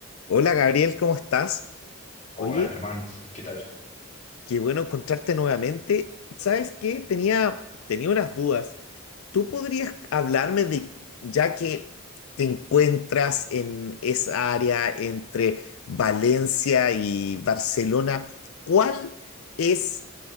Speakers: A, on the left; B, on the left.
A: Hola Gabriel, ¿cómo estás?
B: Hola
A: Oye,
B: Germán, ¿qué tal?
A: qué bueno encontrarte nuevamente. ¿Sabes qué? Tenía, tenía unas dudas. ¿Tú podrías hablarme de, ya que te encuentras en esa área entre Valencia y Barcelona, ¿cuál es